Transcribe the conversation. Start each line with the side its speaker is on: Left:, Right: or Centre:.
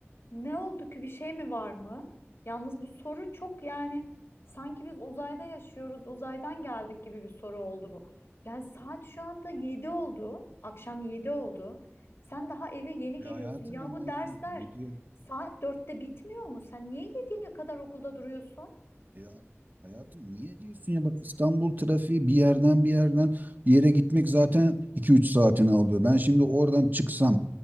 Left: Ne oldu ki? Bir şey mi var mı? Yalnız bu soru çok yani sanki biz uzayda yaşıyoruz, uzaydan geldik gibi bir soru oldu bu. Yani saat şu anda 7 oldu. Akşam 7 oldu. Sen daha eve yeni
Right: Ya
Left: geliyorsun.
Right: hayatım
Left: Ya
Right: ama
Left: bu dersler
Right: yani ne diyor?
Left: saat dörtte bitmiyor mu? Sen niye yediye kadar okulda duruyorsun?
Right: Ya hayatım niye diyorsun ya bak İstanbul trafiği bir yerden bir yerden bir yere gitmek zaten iki üç saatini alıyor. Ben şimdi oradan çıksam